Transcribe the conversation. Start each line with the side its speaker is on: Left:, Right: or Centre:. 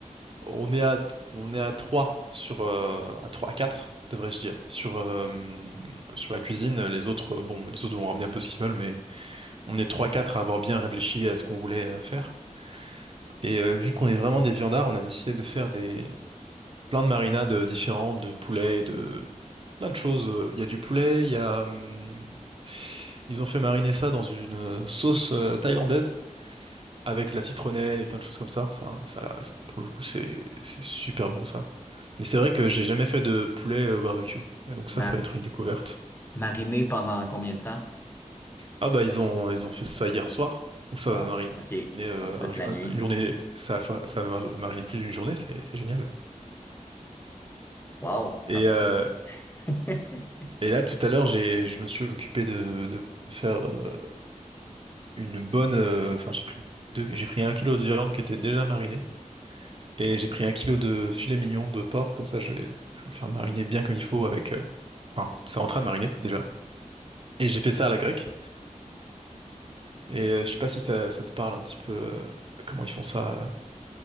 Right: on est à, on est à 3 sur, euh, à 3 à 4 devrais-je dire, sur, euh, sur la cuisine. Les autres, euh, bon, les autres vont ramener un peu ce qu'ils veulent, mais on est trois quatre à avoir bien réfléchi à ce qu'on voulait euh, faire. Et euh, vu qu'on est vraiment des viandards, on a décidé de faire des plein de marinades différentes, de poulet, de plein de choses. euh. Il y a du poulet, il y a hum, ils ont fait mariner ça dans une euh, sauce euh, thaïlandaise avec la citronnelle et plein de choses comme ça. Enfin, ça, pour le coup, c'est c'est super bon ça. Mais c'est vrai que j'ai jamais fait de poulet au barbecue. Et donc ça,
Left: Ma-
Right: ça va être une découverte.
Left: Mariner pendant combien de temps?
Right: Ah bah ils ont ils ont fait ça hier soir. Donc ça
Left: Wow.
Right: va mariner
Left: OK,
Right: euh,
Left: donc toute
Right: un jo-
Left: la
Right: un-
Left: nuit.
Right: une journée. Ça va, fa- ça va mar- mariner plus d'une journée. C'est c'est génial.
Left: Wow, ça
Right: Et,
Left: me donne.
Right: euh,
Left: faim. <laughs>
Right: Et là, tout à l'heure, j'ai, je me suis occupé de, de faire euh, une bonne. euh, Enfin, j'ai pris deux, j'ai pris un kilo de viande qui était déjà marinée et j'ai pris un kilo de filet mignon de porc. Comme ça, je vais, je vais le faire mariner bien comme il faut avec. euh, Enfin, c'est en train de mariner déjà. Et j'ai fait ça à la grecque. Et euh, je sais pas si ça, ça te parle un petit peu euh, comment ils font ça.